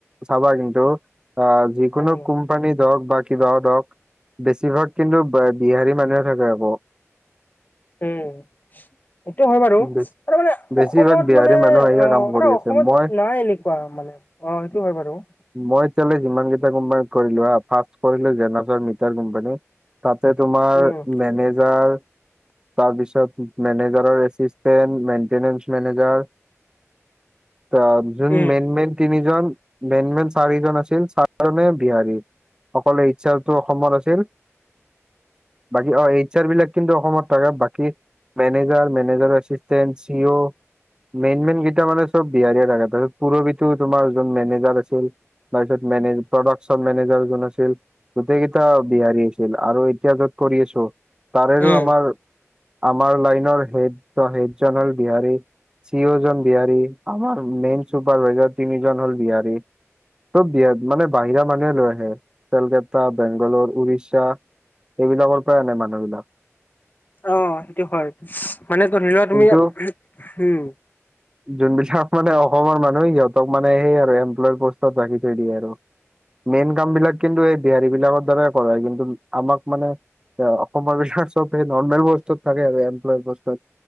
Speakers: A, on the right; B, on the left.
A: চাবা কিন্তু আ যিকোনো
B: উম
A: কুম কোমপানী হওক বা কিবা হওক বেছিভাগ কিন্তু বিহাৰী মানুহে থাকে আক
B: উম সেইটো হয় বাৰু
A: বেছ-
B: ত মানে
A: বেছিভাগ
B: অসমত
A: বিহাৰী
B: মানে
A: মানুহ আহিয়ে
B: অ
A: কাম কৰি
B: আৰু
A: আছে
B: অসমত
A: মই
B: নাই এনেকোৱা মানে অ সেইটো হয় বাৰু
A: মই এতিয়ালে যিমান কেইটা কোম্পানী কৰিলো হা ফাৰ্ষ্ট কৰিলো জেছৰ মিটাৰ কোম্পানী। তাতে তোমাৰ
B: উম
A: মেনেজাৰ। তাৰপিছত মেনেজাৰৰ এচিতেন্ত, মেইনটেনেন্সত মেনেজাৰ। ত' যোন
B: উম
A: মেইন মেইন তিনিজন মেইন মেইন চাৰিজন আছিল চাৰিজনে বিহাৰী। অকললে ইচ্ছাো অসমত আছিল <unintelligible> বাকী অ' এইচাৰ বিলাক কিন্তু অসমত থাকে বাকী। মেনেজাৰ মেনেজাৰ আষ্টেণ্ট চি মেইন মেন গ <inaudible> তেতিয়া মানে চব বিহাৰীয়ে থাকে, তাৰপিছত পুৰবিতো তোমাৰ যোন মেনেজাৰ আছিল। তাৰপিছত মে প্ৰডাকচন মেনেজাৰ যোন আছিল। গোটেই কেইটা বিহাৰী আছিল আৰু এতিয়া যত কৰি আছো তাৰেৰো
B: উম
A: আমাৰ। আমাৰ লাইনৰ হেড হেড জন হ'ল বিহাৰী চিওজন। বিহাৰী আমাৰ মেইন চুপাৰভাইজাৰ তিনিজন হ'ল বিহাৰী। চব বি মানে বাহিৰা মানুহে লৈ আহে, কেলকাতা বেংগালৰ উৰিষ্যা। এইবিলাকৰ পৰাই আনে মানুহ বিলাক
B: অ' সেইটো হয়, মানে ধৰি লোৱা
A: কিন্তু
B: তুমি। উম।
A: যোনবিলাক মানে অসমৰ মানুহে সিহঁতক মানে সেই আৰু এমপ্লয় পষ্টত ৰাখি থৈ দিয়ে আৰু। মেইন কাম বিলাক কিন্তু এই বিহাৰী বিলাকৰ দ্বাৰাই কৰে কিন্তু আমাক মানে। এ' অসমৰ বিলাক চব সেই নৰ্মেল বস্তুত থাকে আৰু এম্লয় বস্তুত।